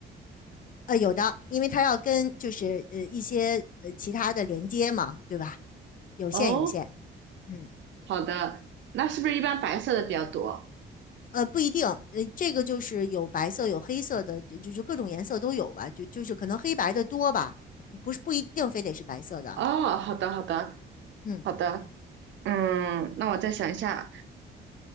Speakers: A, on the left; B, on the right.
A: 呃，有的，因为它要跟就是呃一些呃其他的连接嘛，对吧？有线，
B: 哦，
A: 有线。嗯。
B: 好的，那是不是一般白色的比较多？
A: 呃，不一定，呃，这个就是有白色，有黑色的，就就就各种颜色都有吧，就就是可能黑白的多吧，不不是不一定非得是白色的，
B: 哦，好的，好的，
A: 嗯，
B: 好的。嗯，那我再想一下，